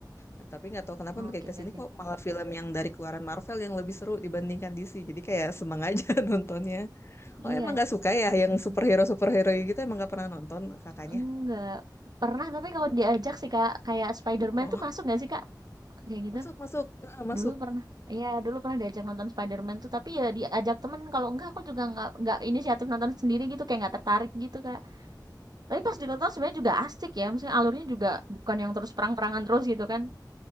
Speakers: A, on the left (about 35°); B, on the right (about 65°).
A: Nah, tapi nggak tahu kenapa
B: Oke
A: makin ke
B: oke.
A: sini kok malah film yang dari keluaran Marvel yang lebih seru dibandingkan DC. Jadi kayak seneng aja <laughs> nontonnya.
B: Iya.
A: Oh emang nggak suka ya
B: Mhm.
A: yang superhero superhero gitu emang nggak pernah nonton kakaknya?
B: Enggak pernah tapi kalau diajak sih kak kayak Spider-Man
A: Oh
B: tuh masuk nggak sih kak kayak gitu?
A: masuk masuk eh, masuk.
B: Dulu pernah. Iya dulu pernah diajak nonton Spider-Man tuh tapi ya diajak temen kalau enggak aku juga nggak nggak inisiatif nonton sendiri gitu kayak nggak tertarik gitu kak. Tapi pas ditonton sebenarnya juga asik ya, maksudnya alurnya juga bukan yang terus perang-perangan terus gitu kan.